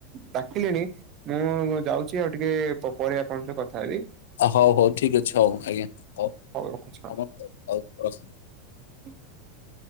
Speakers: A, on the right; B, on the left.
A: ଡାକିଲେଣି ମୁଁ ଯାଉଛି ଆଉ ଟିକେ ପ ପରେ ଆପଣଙ୍କ କଥା ହେବି।
B: ହଉ ହଉ ଠିକ ଅଛି ହଉ ଆଜ୍ଞା ହଉ
A: ରଖୁଛି ହଁ।
B: ହ ହଉ ହଉ।
A: <inaudible>